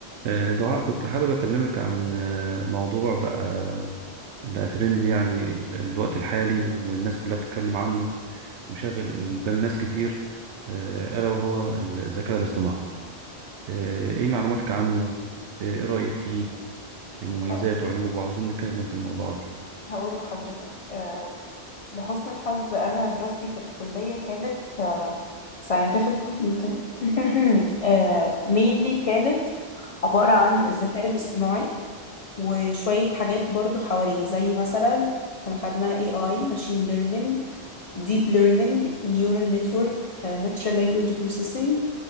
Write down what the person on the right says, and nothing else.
آه، دعاء كنت حابب أكلمك عن آه، موضوع بقى بقى ترند يعني ال- الوقت الحالي والناس كلها بتتكلم عنه وشاغل بال ناس كتير آه، ألا وهو الذكاء الاصطناعي آه، إيه معلوماتك عنه؟ آه، إيه رأيك فيه؟ مميزاته
وعيوبه وعاوزين نتكلم في الموضوعات دي